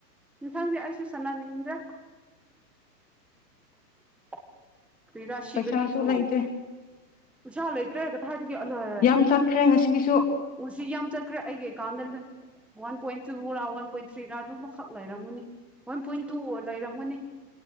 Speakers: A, in the centre; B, on the left.
A: ꯊꯪꯗꯤ ꯑꯩꯁꯨ ꯁꯅꯅꯤꯡꯗ꯭ꯔꯦ ꯎꯝ ꯑꯩ ꯔꯥꯁꯤꯒꯔꯤꯁꯨ
B: ꯄꯩꯁꯥꯁꯨ ꯂꯩꯇꯦ
A: ꯎꯁꯥ ꯂꯩꯇ꯭ꯔꯦ ꯀ ꯍꯥꯏꯒ ꯑ
B: ꯌꯥꯝ ꯆꯠꯈ꯭ꯔꯦ ꯉꯁꯤꯒꯤꯁꯨ
A: ꯎꯁꯤ ꯌꯥꯝ ꯆꯠꯈ꯭ꯔꯦ ꯑꯩꯒꯤꯀꯥꯟꯗ ꯋꯥꯟ ꯄꯣꯏꯟ ꯇꯨꯔꯥ ꯋꯥꯟ ꯄꯣꯏꯟ ꯊ꯭ꯔꯤꯔꯥ ꯑꯗꯨꯃꯈꯛ ꯂꯩꯔꯝꯒꯨꯅꯤ ꯋꯥꯟ ꯄꯣꯏꯟ ꯇꯨ ꯂꯩꯔꯝꯃꯨꯅꯤ